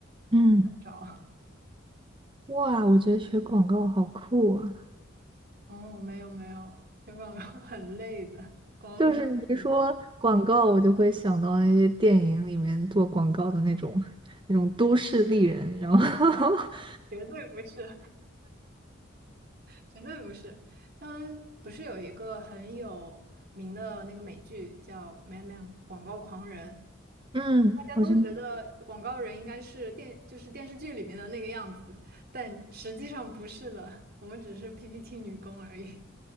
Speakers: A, on the right; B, on the right.
A: 嗯
B: 找。<laughs>
A: 哇，我觉得学广告好酷啊！
B: 哦，没有没有，学广告 <laughs> 很累的，广告公司
A: 就是你一说广告，我就会想到那些电影里面做广告的那种那种都市丽人，然后 <laughs>
B: 绝对不是。绝对不是。当然，不是有一个很有名的那个美剧叫《Man Man》广告狂人》，
A: 嗯，
B: 大家都觉得广告人应该是电，
A: 好像
B: 就是电视剧里面的那个样子，但实际上不是的，我们只是 PPT 女工而已。